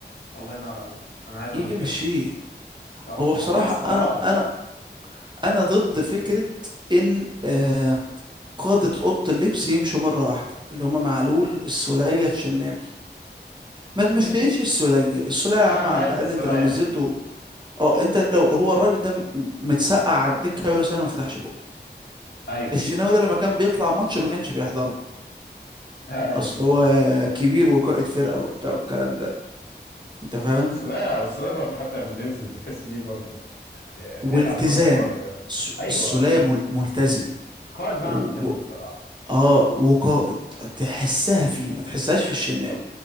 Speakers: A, on the left (about 65°); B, on the right (about 25°).
A: الله ينور عليك انا عايز اقول
B: يمشيه
A: كده صح
B: هو بصراحة
A: ما خلاص خلاص
B: انا انا انا ضد فكرة ان آه قادة أوضة اللبس يمشوا مرة واحدة اللي هما معلول السولية الشناوي ما تمشيش السولية السولية يا عم
A: انا مش
B: على
A: عايز
B: الأقل
A: السولية
B: أنت لو نزلته
A: يمشي
B: اه أنت لو هو الراجل ده م- متسقع على الدكة بقاله سنة ما فتحش
A: ايوه
B: الشناوي ده لما كان بيطلع ماتش ما كانش بيحضره
A: ايوه
B: اصل
A: بالظبط
B: هو كبير وقائد فرقة وبتاع والكلام ده انت فاهم
A: السولية السولية برضه حتى لما بينزل بتحس بيه برضه يعني بيلعب
B: والتزام
A: برضه قائد
B: الس-
A: ايوه
B: السولية مل- ملتزم
A: قائد بقى
B: و...
A: عن الكلمة
B: و...
A: الصراحة
B: اه وقائد تحسها فيه ما تحسهاش في الشناوي